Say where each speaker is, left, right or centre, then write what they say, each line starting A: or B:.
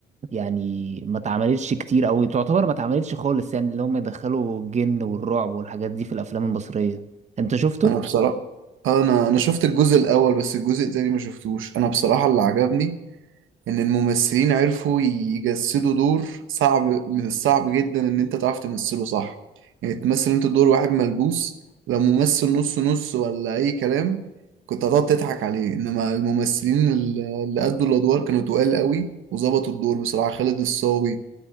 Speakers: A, on the right; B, on the right.
A: يعني ما اتعملتش كتير او تعتبر ما اتعملتش خالص يعني اللي هم يدخلوا الجن والرعب والحاجات دي في الافلام المصريه انت شفته
B: انا بصراحة انا انا شفت الجزء الاول بس الجزء التاني ما شفتوش انا بصراحة اللي عجبني ان الممثلين عرفوا يجسدوا دور صعب من الصعب جدا ان انت تعرف تمثله صح يعني تمثل انت دور واحد ملبوس لو ممثل نص نص ولا اي كلام كنت هتقعد تضحك عليه انما الممثلين ال- اللي أدوا الادوار كانوا تقال قوي وظبطوا الدور بصراحة خالد الصاوي